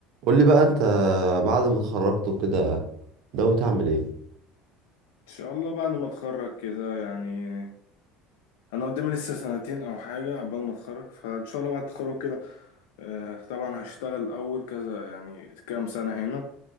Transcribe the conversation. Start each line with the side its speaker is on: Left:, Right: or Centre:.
Right: قول لي بقى انت بعد ما اتخرجت وكده ناوي تعمل ايه
Left: ان شاء الله بعد ما اتخرج كده يعني انا قدامي لسه سنتين او حاجه قبل ما اتخرج فان شاء الله بعد التخرج كده آه، طبعا هشتغل اول كذا يعني كام سنه هنا